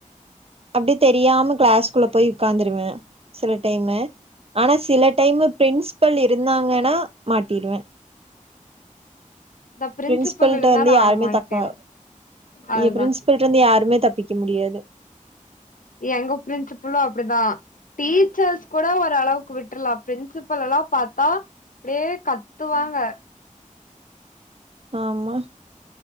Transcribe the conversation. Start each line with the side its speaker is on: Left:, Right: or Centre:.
Right: அப்டியே தெரியாம கிளாஸ்குள்ள போய் உக்காந்துருவ சில டைமு ஆனா சில டைமு பிரின்ஸ்பல் இருந்தாங்கன்னா மாட்டிருவ
Left: இந்த பிரின்சிபல்
Right: பிரின்ஸ்பல்ட்ட
Left: இருந்தா
Right: வந்து
Left: நானு
Right: யாருமே
Left: மாட்டிருவ
Right: தக்கா
Left: அதுதா
Right: ஏ பிரின்ஸ்பல்ட்ட இருந்து யாருமே தப்பிக்க முடியாது <inaudible>
Left: எங்க பிரின்சிபலோ அப் அப்டிதா டீச்சர்ஸ் கூட ஓர் அளவுக்கு விட்டுர்லா பிரின்சிபல் எல்லா பாத்தா அப்டியே கத்துவாங்க
Right: ஆமா